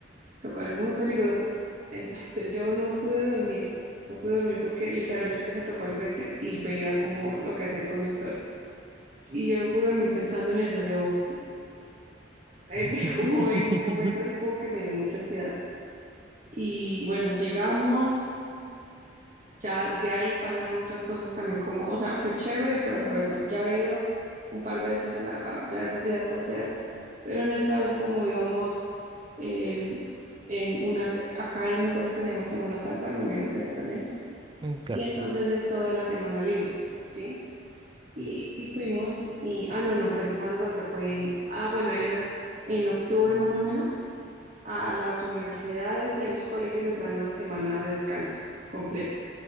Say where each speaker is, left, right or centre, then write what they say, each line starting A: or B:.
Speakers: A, on the right; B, on the right.
A: lo cual es muy peligroso. Entonces yo no pude dormir, no pude dormir porque literalmente me tocó al frente y veía como lo que hacía el conductor. Y yo no pude dormir pensando en eso, yo entré
B: <laughs>
A: <laughs> como en un momento así como que me dio mucha ansiedad. Y bueno, llegamos, Ya de ahí pasaron otras cosas también como, o sea, fue chévere, pero a la vez no. Ya había ido un par de veces a la, a- ya a esa ciudad costera, pero en esta vez como íbamos em, en unas, acá hay una cosa que se llama Semana Santa, me imagino que allá también,
B: Mm, claro.
A: y entonces es toda la semana libre, ¿sí? Y, y fuimos, y, ah, no, no fue en Semana Santa, fue, ah, bueno, hay una, en octubre más o menos, a las universidades y a los colegios les dan una semana de descanso completa.